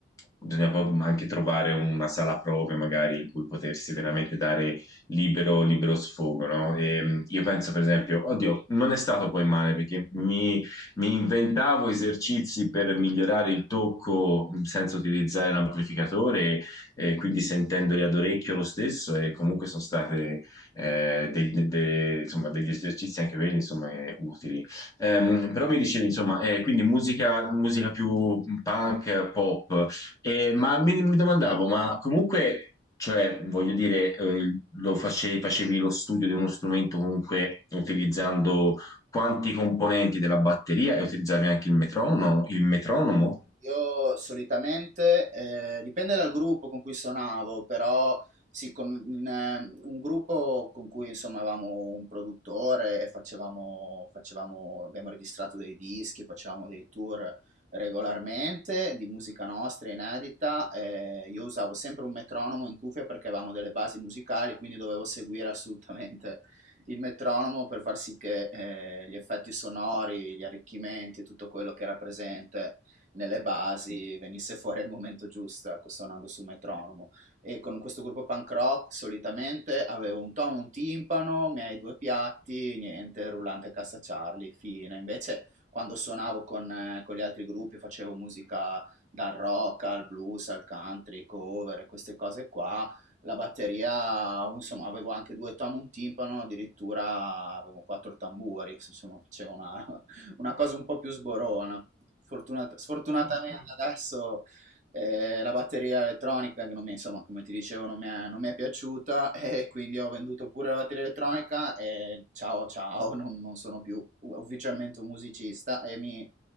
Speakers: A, on the left (about 20°); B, on the right (about 40°).
A: bisogna proprio anche trovare una sala prove magari in cui potersi veramente dare libero, libero sfogo, no? E, io penso per esempio, oddio, non è stato poi male perché mi, mi inventavo esercizi per migliorare il tocco senza utilizzare l'amplificatore eh, quindi sentendoli ad orecchio lo stesso e comunque sono state eh, dei- de- de- insomma, degli esercizi anche quelli insomma, eh, utili. Ehm, però mi dicevi, insomma, eh, quindi musica, musica più punk, pop, Eh, ma mi, mi domandavo, ma comunque, cioè, voglio dire, eh, lo face- facevi lo studio di uno strumento comunque utilizzando quanti componenti della batteria e utilizzavi anche il metronomo? Il metronomo?
B: Io solitamente, eh, dipende dal gruppo con cui suonavo, però sì, con in, eh, un gruppo con cui insomma avevamo un produttore e facevamo, facevamo- abbiamo registrato dei dischi, facevamo dei tour regolarmente di musica nostra inedita. eh, io usavo sempre un metronomo in cuffia perché avevamo delle basi musicali, quindi dovevo seguire assolutamente il metronomo per far sì che eh, gli effetti sonori, gli arricchimenti, tutto quello che era presente nelle basi venisse fuori al momento giusto, ecco, suonando su metronomo. E con questo gruppo punk rock solitamente avevo un tono, un timpano, i miei due piatti, niente, rullante e cassa Charlie, fine. Invece quando suonavo con, eh, con gli altri gruppi facevo musica dal rock al blues, al country, cover e queste cose qua. La batteria, insomma, avevo anche due tom, un timpano, addirittura avevo quattro tamburi, insomma, facevo una, una cosa un po' più sborona. Fortunat- sfortunatamente adesso eh, la batteria elettronica, che non mi, insomma, come ti dicevo, non mi è, non mi è piaciuta <laughs> e quindi ho venduto pure la batteria elettronica e ciao ciao, non, non sono più ufficialmente un musicista e mi,